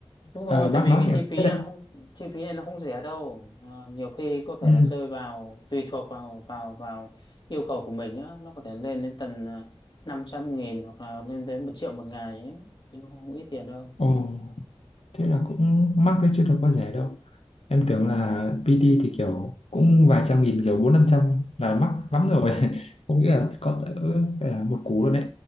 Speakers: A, on the left; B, on the left.
A: Đúng rồi,
B: Ờ, bác
A: tại vì
B: nói
A: cái
B: thì
A: chi
B: em
A: phí
B: biết
A: nó
B: đấy.
A: không chi phí này nó không rẻ đâu. À, nhiều khi có thể
B: Ừ.
A: là rơi vào tùy thuộc vào vào vào yêu cầu của mình á, nó có thể lên đến tầm năm trăm nghìn hoặc là lên đến một triệu một ngày ấy, thì không, không ít tiền đâu.
B: Ồ, thế là cũng mắc đấy chứ đâu có rẻ đâu. em tưởng là PT thì kiểu cũng vài trăm nghìn kiểu bốn năm trăm là mắc lắm rồi <laughs> không nghĩ là có cỡ phải là một cú luôn đấy